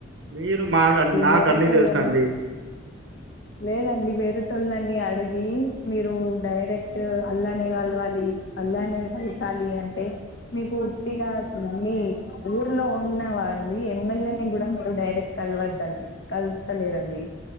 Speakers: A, on the right; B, on the left.
A: మీరు మాకు నాకు
B: వేరేటోళ్ళని
A: అన్నీ తెలుసు అండి
B: లేదండి వేరేటోళ్ళని అడిగి మీరు డైరెక్ట్
A: ఉమ్.
B: అల్లాని వాళ్ళు వాళ్ళ లి అల్లానే కలసాలి అంటే మీకు ఉట్టిగా మీ ఊర్లో ఉ ఉన్న వాళ్ళి ఎమ్మెల్యేని కూడా మీరు డైరెక్ట్ కలవద్దండి కలుస్తలేరని